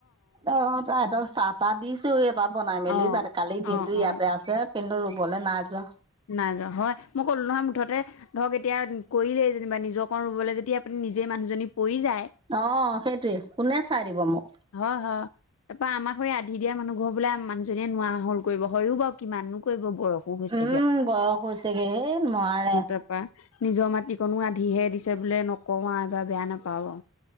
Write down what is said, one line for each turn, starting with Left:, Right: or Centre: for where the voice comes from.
Right: অ তাহাতক চাহ-তাহ দিছোগে বা বনাই মেলি
Left: অ
Right: কালি দিনটো
Left: অ অ
Right: ইয়াতে আছে কিন্তু ৰুবলে নাই যোৱা।
Left: নাই যোৱা হয় মই ক'লো নহয় মুঠতে ধৰক এতিয়া কৰিলেই যেনিবা নিজৰ কণ ৰুবলে যদি আপুনি নিজেই মানুহজনী পৰি যায়।
Right: অ' সেইটোৱে কোনে চাই দিব মোক।
Left: হয় হা। তাৰপৰা আমাক সৈ আধি দিয়া মানুহ ঘৰ বোলে মানুহজনীয়ে নোৱাৰা হল কৰিব হয়ও বা কিমাননো কৰিব বয়সো হৈছে।
Right: উম বয়স হৈছেগে হেই নোৱাৰে।
Left: তাৰপা নিজৰ মাটি কনো আধিহে দিছে বোলে নকওঁ আও বেয়া নাপাব।